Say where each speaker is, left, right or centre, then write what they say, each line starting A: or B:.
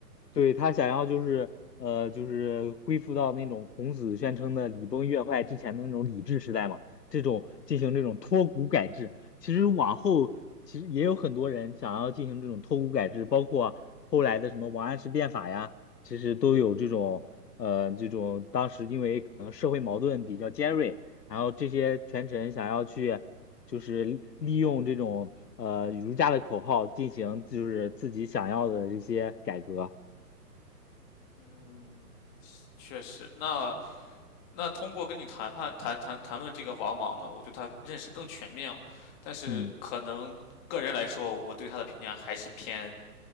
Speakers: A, on the left; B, on the left.
A: 对，他想要就是呃，就是恢复到那种孔子宣称的礼崩乐坏之前的那种礼制时代嘛，这种进行这种脱古改制。其实往后其实也有很多人想要进行这种脱古改制，包括后来的什么王安石变法呀，其实都有这种呃这种当时因为可能社会矛盾比较尖锐，然后这些权臣想要去就是利用这种呃儒家的口号进行就是自己想要的这些改革。
B: 嗯，<sniffs> 确实，那那通过跟你谈判谈谈谈论这个王莽呢，我对他认识更全面了，但是可能个人来说，
A: 嗯
B: 我对他的评价还是偏